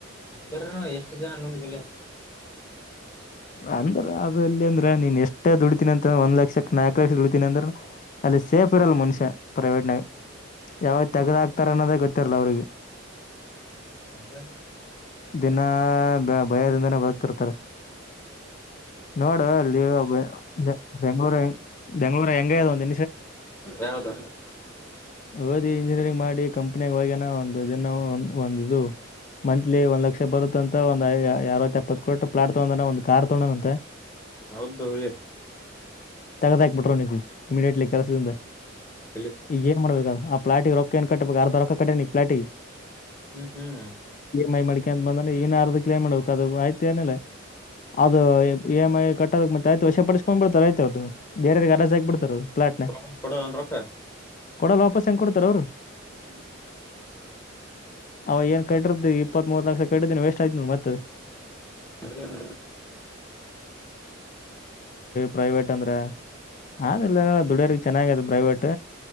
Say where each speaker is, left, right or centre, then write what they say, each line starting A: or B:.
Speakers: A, on the left; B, on the left.
A: ಅಂದ್ರ ಎಷ್ಟು ಜನ ನೋಡಿದಿಲ್ಲ
B: ಹ ಅಂದ್ರ ಅದ್ರಲ್ಲಿ ಅಂದ್ರೆ ನೀನ್ ಎಷ್ಟೇ ದುಡಿತೀನಿ ಅಂತ ಒಂದ್ ಲಕ್ಷಕ್ಕ ನಾಲ್ಕಕ್ ಲಕ್ಷ ದುಡಿತೀನಿ ಅಂದ್ರ ಅಲ್ಲಿ ಸೇಫ್ ಇರಲ್ಲ ಮನುಷ್ಯ ಪ್ರೈವೇಟ್ ನಾಗ ಯಾವಾಗ ತೆಗದ ಹಾಕ್ತಾರ ಅನ್ನೋದೇ ಗೊತ್ತಿರ್ಲ ಅವ್ರಿಗೆ
A: ಅಂಜನ್
B: ದಿನ ಭಯದಿಂದನೇ ಬದುಕತೀರತಾರ ನೋಡು ಅಲ್ಲಿ ಒಬ್ಬ ಬೆಂಗಳೂರು ಬೆಂಗ್ಳೂರು ಹೆಂಗ ಒಂದ
A: ಯಾವದ
B: ಓದಿ ಇಂಜಿನಿಯರಿಂಗ್ ಮಾಡಿ ಕಂಪ್ನಿಯ ಹೋಗಿಯಾನ ಒಂದು ದಿನ ಒ ಒಂದು ಮಂತ್ಲಿ ಒಂದ್ ಲಕ್ಷ ಬರುತ್ತ ಅಂತ ಒಂದ ಅರವ ಎಪ್ಪತ್ತು ಕೊಟ್ಟು ಪ್ಲಾಟ್ ತಗೊಂಡನ ಒಂದು ಕಾರ್ ತಗೋಣಂತೆ
A: ಹೌದದು ಹುಲಿ
B: ತಗದ ಹಾಕೀ ಬಿಟ್ಟಿರನೋ ನಿ ಇಮಿಡಿಯಟ್ಲಿ ಕೆಲಸದಿಂದ
A: ಹುಲಿ
B: ಈಗೆನ ಮಾಡ್ಬೇಕ ಪ್ಲಾಟಿ ರೊಕ್ಕ ಏ ಕಟ್ಟಬೇಕು ಅರ್ಧ ರೊಕ್ಕ ಕಟ್ಟಿಯಾನ ಆ ಪ್ಲಾಟಿಗೆ
A: ಹ್ಮ್ ಹ್ಮ್
B: ಮೈ ಮಾಡಿಕಕ ಅಂತ ಬಂದ್ರೆ ಇನ್ಾರದ ಕಲೇಮ ಮಾಡ್ಬೇಕು ಅದು ಆಯ್ತುಏನಲ್ಲ ಅದು ಇ ಮ್ ಐ ಕಟ್ಟದಕ್ ಮತ್ತೆ ಆಯ್ತು ವಶ ಪಡಸ್ಕೊಂಡ್ ಬಿಡ್ತಾರೆ ಆಯತ ಅವ್ರದ ಬೇರೆ ಅರಜ ಹಾಕ್ಬ ಬಿಡ್ತಾರೆ ಅದು ಪ್ಲಾಟ್ನ
A: ಪ್ರಾಮಿಸ್ ಕೊಡೋಲ್ಲ ಏನ ರೊಕ್ಕ
B: ಕೊಡಲ್ಲ ವಾಪಸ್ ಹೆಂಗ ಕೊಡ್ತಾರ ಅವ್ರು
A: ಹ್ಮ್ ಹ್ಮ್
B: ಅವ ಏನ್ ಕಟ್ಟಿರ್ದ್ದ ಇಪ್ಪತ್ ಮೂತ್ ಲಕ್ಷ ಕಟ್ಟಿದ್ದೀನ ವೇಸ್ಟ್ ಕರೆ ಕಿಮ್ಮತ್ತ
A: ಏನ್
B: ಪ್ರೈವೇಟ್ ಅಂದ್ರ ಆದ್ರಿಲ್ಲನ ದುಡ್ಯ್ರ ಚೆನ್ನಾಗ ಅದ ಪ್ರೈವೇಟ್